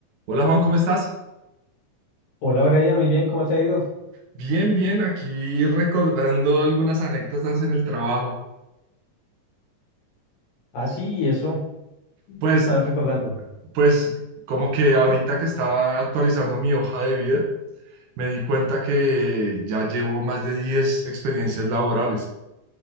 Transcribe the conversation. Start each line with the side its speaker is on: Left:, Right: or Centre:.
Right: Hola Juan, ¿cómo estás?
Left: Hola Brian, muy bien, ¿cómo te ha ido?
Right: Bien, bien, aquí recordando algunas anécdotas en el trabajo.
Left: Ah, sí, ¿y eso
Right: Pues,
Left: que estabas recordando.
Right: pues como que ahorita que estaba actualizando mi hoja de vida, me di cuenta que ya llevo más de 10 experiencias laborales.